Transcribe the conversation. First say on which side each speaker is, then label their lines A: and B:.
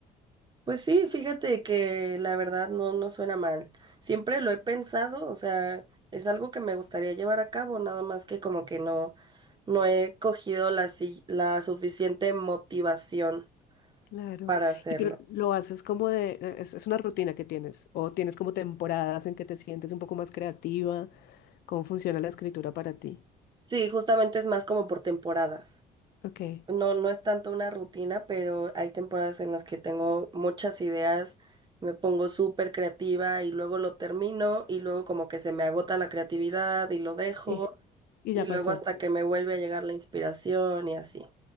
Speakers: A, on the right (about 25°); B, on the left (about 70°).
A: Pues sí, fíjate que la verdad no, no suena mal. Siempre lo he pensado, o sea, es algo que me gustaría llevar a cabo, nada más que como que no, no he cogido la, si- la suficiente motivación
B: Claro.
A: para hacerlo.
B: Y pero lo haces como de, eh, es, es una rutina que tienes o tienes como temporadas en que te sientes un poco más creativa. ¿Cómo funciona la escritura para ti?
A: Sí, justamente es más como por temporadas.
B: Ok.
A: No, no es tanto una rutina, pero hay temporadas en las que tengo muchas ideas, me pongo súper creativa y luego lo termino y luego como que se me agota la creatividad y lo dejo
B: Y, y
A: y
B: ya
A: luego
B: pasó.
A: hasta que me vuelve a llegar la inspiración y así.